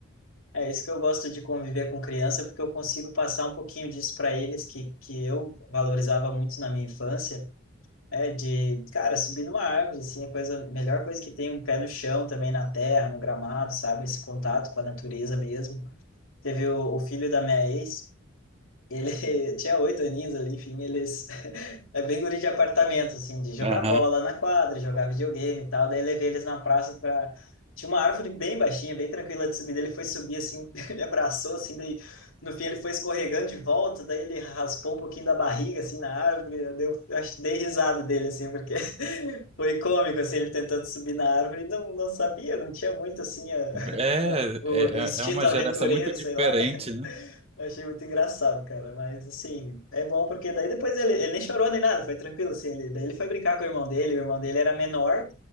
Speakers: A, on the left; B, on the right.
A: É isso que eu gosto de conviver com criança, porque eu consigo passar um pouquinho disso para eles que, que eu valorizava muito na minha infância É de, cara, subir numa árvore, assim, é a coisa, melhor coisa que tem, um pé no chão também, na terra, no gramado, sabe? Esse contato com a natureza mesmo. Teve o, o filho da minha ex, ele <laughs> tinha oito aninhos ali, enfim, eles... <laughs> É bem guri de apartamento, assim, de jogar
B: Aham.
A: bola na quadra, jogar videogame e tal. Daí levei eles na praça pra... Tinha uma árvore bem baixinha, bem tranquila de subir. daí Ele foi subir, assim, <laughs> ele abraçou, assim, daí... No fim ele foi escorregando de volta, daí ele raspou um pouquinho da barriga, assim, na árvore. Eu, dei- eu acho que dei risada dele, assim, porque <laughs> foi cômico, assim, ele tentando subir na árvore. Não, não sabia, não tinha muito, assim, a-
B: É,
A: <laughs> a- o
B: é,
A: instinto
B: é uma
A: aventureiro,
B: geração muito diferente,
A: sei lá.
B: né?
A: Eu achei muito engraçado, cara. Mas, assim, é bom porque daí depois ele, ele nem chorou nem nada, foi tranquilo, assim. Ele, daí ele foi brincar com o irmão dele, o irmão dele era menor